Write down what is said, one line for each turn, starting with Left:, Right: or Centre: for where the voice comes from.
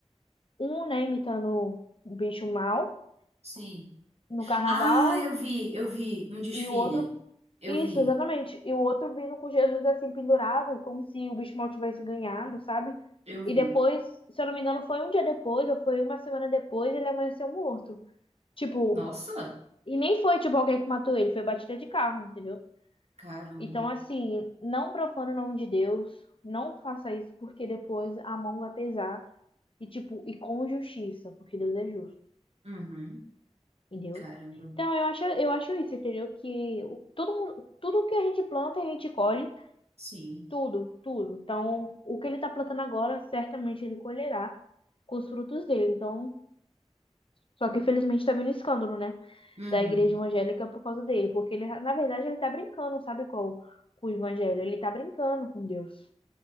Left: Um, né, imitando o bicho mal
Right: sim.
Left: no carnaval,
Right: Ah, eu vi, eu vi um desfile.
Left: e o outro.
Right: Eu
Left: Isso,
Right: vi,
Left: exatamente. E o outro vindo com Jesus assim pendurado, como se o bicho mal tivesse ganhado, sabe?
Right: eu vi.
Left: E depois, se eu não me engano, foi um dia depois, ou foi uma semana depois, ele amanheceu morto. Tipo,
Right: Nossa,
Left: e nem foi tipo alguém que matou ele, foi batida de carro, entendeu?
Right: caramba.
Left: Então, assim, não profana o nome de Deus, não faça isso, porque depois a mão vai pesar. E, tipo, e com justiça, porque Deus é justo.
Right: Uhum,
Left: Entendeu?
Right: caramba.
Left: Então, eu acho, eu acho isso, entendeu? Que o- todo mundo, tudo que a gente planta, a gente colhe,
Right: Sim.
Left: tudo, tudo. Então, o que ele tá plantando agora, certamente ele colherá com os frutos dele. Então, só que infelizmente tá vindo escândalo, né?
Right: Uhum.
Left: Da igreja evangélica por causa dele, porque ele, na verdade, ele tá brincando, sabe qual? Com o evangelho, ele tá brincando com Deus.